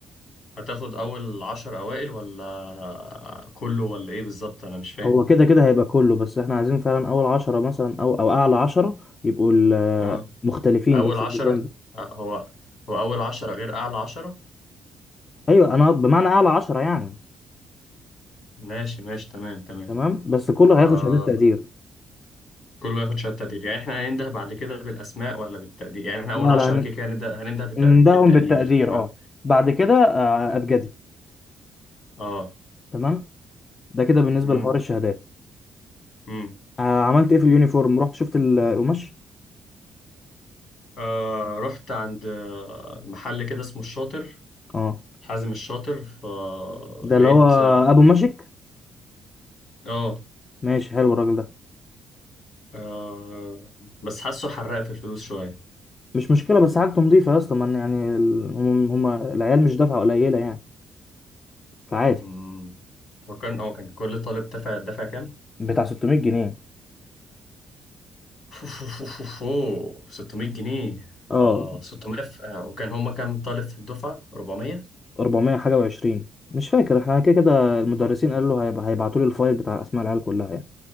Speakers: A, on the left; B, on the left.
A: هتاخد اول عشر اوائل ولا كله ولا ايه بالظبط انا مش فاهم
B: هو كده كده هيبقى كله بس احنا عايزين فعلا اول عشرة مثلا او او اعلى عشرة يبقوا ال-
A: اه
B: مختلفين
A: اول
B: بس
A: عشرة
B: الديزاين ده.
A: آه، هو هو اول عشرة غير اعلى عشرة
B: ايوه انا بمعنى اعلى عشرة يعني
A: ماشي ماشي تمام تمام
B: تمام بس كله
A: آه
B: هياخد شهادات تقدير
A: كله ياخد شهادة تقدير يعني احنا هننده بعد كده بالاسماء ولا بالتقدير يعني احنا اول
B: لا
A: عشرة
B: لا ن-
A: كده كده هننده هننده بالت-
B: نندههم
A: بالتقدير
B: بالتقدير
A: ما
B: اه بعد كده آه، ابجدي
A: اه
B: تمام ده كده بالنسبة
A: امم
B: لحوار الشهادات
A: امم
B: آه، عملت ايه في اليونيفورم رحت شفت ال- القماش
A: آه رحت عند آه، محل كده اسمه الشاطر
B: اه
A: حازم الشاطر فلقيت
B: ده اللي هو ابو ماجيك
A: اه
B: ماشي حلو الراجل ده
A: آه، بس حاسه حرق في الفلوس شوية
B: مش مشكلة بس حاجته نظيفة يا اسطى ما يعني ال- هم هم العيال مش دافعة قليلة يعني فعادي
A: مم. فكان اه كان كل طالب دفع دفع كام؟
B: بتاع 600 جنيه
A: <laughs> أوه، 600 جنيه
B: اه
A: اه 600 في... آه، وكان هما كام طالب في الدفعة؟ 400
B: 400 حاجه و20 مش فاكر احنا كده كده المدرسين قالوا له هيبقى هيبعتوا لي الفايل بتاع اسماء العيال كلها يعني